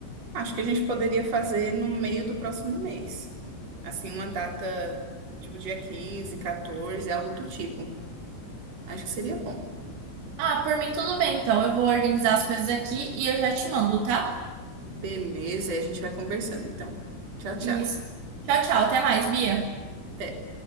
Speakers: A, on the right; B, on the right.
A: Acho que a gente poderia fazer no meio do próximo mês. Assim, uma data tipo dia 15, 14, algo do tipo. Acho que seria bom.
B: Ah, por mim tudo bem, então eu vou organizar as coisas aqui e eu já te mando, tá?
A: Beleza, aí a gente vai conversando então. Tchau, tchau.
B: Isso. Tchau, tchau, até mais, Bia.
A: Até.